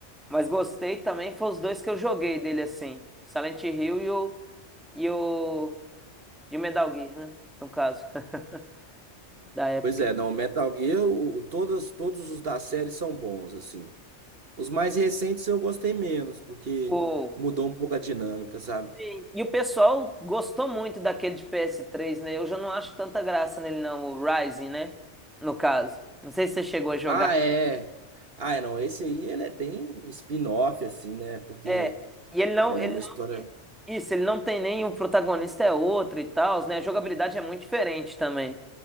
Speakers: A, in the centre; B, on the right.
A: Mas gostei também, foi os dois que eu joguei dele assim, Silent Hill e o e o e o Metal Gear, né? No caso, <laughs> da época.
B: Pois é, não, Metal Gear, o, o- todos, todos os da série são bons, assim. Os mais recentes eu gostei menos, porque
A: O
B: mudou um pouco a dinâmica, sabe?
A: Sim. E o pessoal gostou muito daquele de PS3, né? Eu já não acho tanta graça nele não, o Rising, né? No caso. Não sei se você chegou a jogar.
B: Ah, é. Ah, é, não, esse aí ele é bem spin-off, assim, né? Porque
A: É, e ele não,
B: ele
A: ele
B: é uma
A: não-
B: história.
A: isso, ele não tem nem o protagonista é outro e tal, né? A jogabilidade é muito diferente também.